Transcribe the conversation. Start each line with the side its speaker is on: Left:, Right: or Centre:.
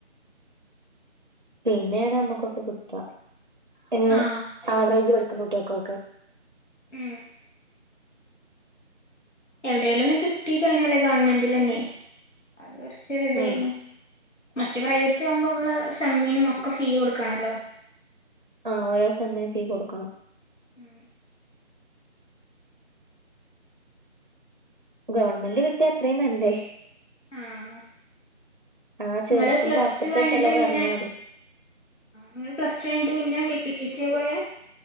Right: പിന്നെയാണ് നമ്മുക്കൊക്കെ കിട്ട <unintelligible>
Left: ആ
Right: ആവറേജ് പഠിക്കുന്ന കുട്ടിയാക്കൊക്കെ
Left: ഉം എവിടേലുംന്ന് കിട്ടി കഴിഞ്ഞാല്ലേ ഗവണ്മെൻ്റിലന്നെ അത് കൊർച്ചൊരുതെയ്നു.
Right: ആഹ്
Left: മറ്റ പ്രൈവറ്റ് ആവുമ്പോ നമ്മള് സെമ്മീനും ഒക്കെ ഫീ കൊടുക്കണല്ലോ
Right: ആഹ് ഓരോ സെമ്മ്ന് ഫീ കൊടുക്കണം
Left: ഉം
Right: ഗവൺമെന്റ് കിട്ടിയ അത്രേയും നല്ലേ
Left: ആഹ്
Right: ആ ചേർക്കുമ്പോ
Left: ഇങ്ങള് പ്ലസ്
Right: അപ്പത്തെ
Left: ടു കഴിഞ്ഞിട്ട്
Right: ചെലവ്
Left: പിന്നെ
Right: അറിഞ്ഞാ മതി
Left: നിങ്ങള് പ്ലസ ടു കഴിഞ്ഞിട്ട് പിന്നെ ബി പി ടി സിയെ പോയ